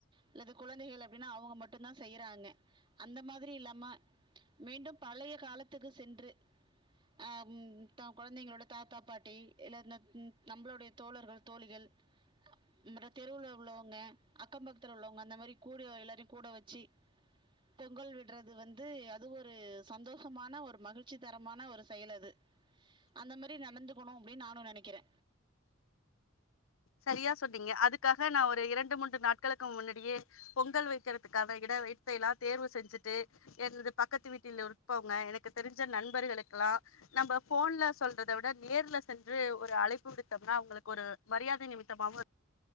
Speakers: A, on the right (about 25°); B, on the left (about 80°).
A: அல்லது கொழந்தைகள் அப்படின்னா அவங்க மட்டு தா செய்யிறாங்க அந்த மாதிரி இல்லாம மீண்டும் பழைய காலத்துக்கு சென்று ஆம் த கொழந்தைங்களோட தாத்தா பாட்டி இல்ல ந நம்மளுடைய தோழர்கள் தோழிகள் அ ம் தெருல உள்ளவங்க அக்கம் பக்தர் உள்ளவங்க அந்த மாரி கூட எல்லாரையு கூட வச்சு பொங்கல் விற்றது வந்து அது ஒரு சந்தோஷமான ஒரு மகிழ்ச்சி தரமான ஒரு செயல் அது அந்த மாரி நடந்துக்கணு அப்படின் நானு நெனைக்கிறே
B: சரியா சொன்னீங்க அதுக்காக நா ஒரு இரண்டு மூன்று நாட்களுக்கு முன்னாடியே பொங்கல் வைக்கிறதுக்கான இட வத்த எல்லா தேர்வு செஞ்சுட்டு <unintelligible> பக்கத்து வீட்டில் உற்பவங்க எனக்கு தெரிஞ்ச நண்பர்களுக்கெல்லா நம்ப போன்ல சொல்றத விட நேர்ல சென்று ஒரு அழைப்பு விடுத்தோம்னா அவங்களுக்கு ஒரு மரியா நிமித்த பா <unintelligible>